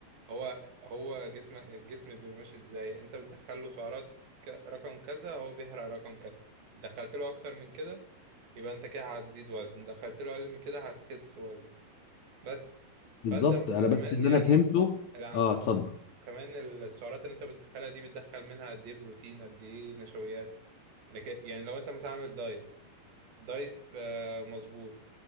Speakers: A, on the right (about 65°); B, on the left (about 60°).
A: هو هو جسم الجسم بيبقى ماشي ازاي انت بتدخل له سعرات ك- رقم كذا هو بيحرق رقم كذا دخلت له اكتر من كده يبقى انت كده هتزيد وزن دخلت له اقل من كده هتخس وزن بس
B: بالظبط
A: فانت
B: انا
A: وكمان
B: بس اللي
A: يعني
B: انا فهمته
A: الع...
B: اه اتفضل
A: كمان السعرات اللي انت بتدخلها دي بتدخل منها قد ايه بروتين قد ايه نشويات لكن يعني لو انت مثلا عامل دايت دايت آه، مظبوط